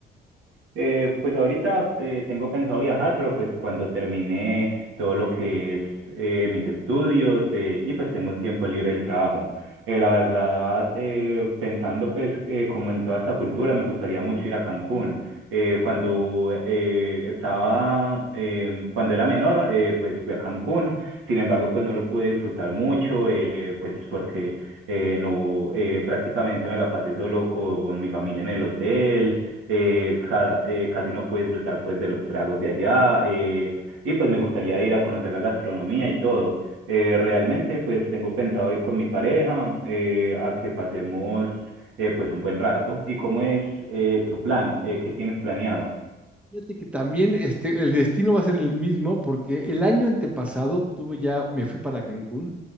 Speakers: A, on the right; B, in the centre.
A: Eh, pues ahorita eh, tengo pensado viajar, pero pues cuando termine todo lo que es eh, mis estudios eh, y pues tengo un tiempo libre del trabajo. Eh, la verdad, eh, pensando pues eh, como en toda esta cultura, me gustaría mucho ir a Cancún. Eh, cuando eh, estaba, eh, cuando era menor, eh, pues fui a Cancún. Sin embargo, pues no lo pude disfrutar mucho, eh, pues porque eh, no, eh, prácticamente me la pasé solo con mi familia en el hotel eh, ca- eh, casi no pude disfrutar pues de los tragos de allá eh, y pues me gustaría ir a conocer la gastronomía y todo. Eh, realmente pues tengo pensado ir con mi pareja eh, a que pasemos eh, pues un buen rato. ¿Y cómo es eh, tu plan? Eh, ¿qué tienes planeado?
B: Fíjate que también este, el destino va a ser el mismo porque el año antepasado tuve ya, me fui para Cancún.